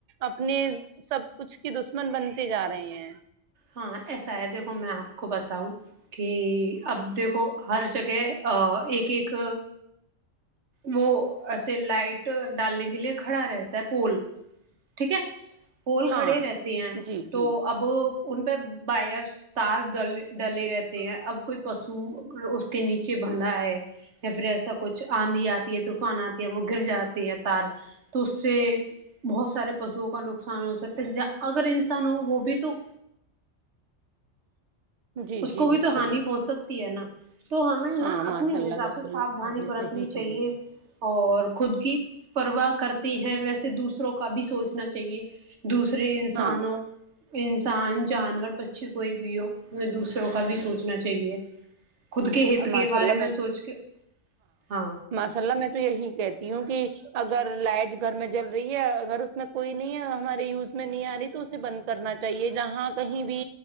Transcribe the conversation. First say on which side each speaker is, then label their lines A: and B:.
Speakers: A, on the right; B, on the right.
A: اپنے سب کچھ کی دشمن بنتے جا رہے ہیں
B: ہاں ایسا ہے دیکھو میں آپ کو بتاؤں کی اب دیکھو ہر جگہ آ ایک ایک وہ آسے لائٹ ڈالنے کے لیے کھڑا رہتا ہے پول ٹھیک ہے پول کھڑے
A: ہاں
B: رہتے ہیں
A: جی
B: تو
A: جی
B: اب ان پے وائرس تار ڈل ڈلے رہتے ہیں اب کوئی پشو اس کے نیچے بندھا ہے یا پھر ایسا کچھ آندھی آتی ہے طوفان آتی ہے وہ گر جاتے ہیں تار تو اس سے بہت سارے پشوؤں کا نقصان ہو سکتا اگر انسان ہو وہ بھی تو
A: جی
B: اس
A: جی
B: کو بھی
A: بالکل
B: تو ہانی پہنچ سکتی تی ہے نا تو ہمیں نا
A: ہاں
B: اپنے
A: ماشاء اللہ
B: حساب
A: بالکل
B: سے سافدھانی
A: آپ نے
B: برتنی
A: صحیح
B: چاہیے
A: فرمایا
B: اور خود کی پرواہ کرتے ہیں ویسے دوسروں کا بھی سوچنا چاہیے دوسرے انسانوں
A: ہاں
B: ان سان جانور پچھی کوئی بھی ہو دوسروں کا بھی سوچنا چاہیے خود
A: ہاں
B: کے ہت کے
A: ماشاء
B: بارے
A: اللہ
B: میں سوچ کے ہاں
A: ماشا اللہ میں تو یہی کہتی ہوں کی اگر لائٹ گھر میں جل رہی ہے اگر اس میں کوئی نہیں ہمارے یوز میں نہیں آ رہی تو سے بند کرنا چاہیے جہاں کہیں بھی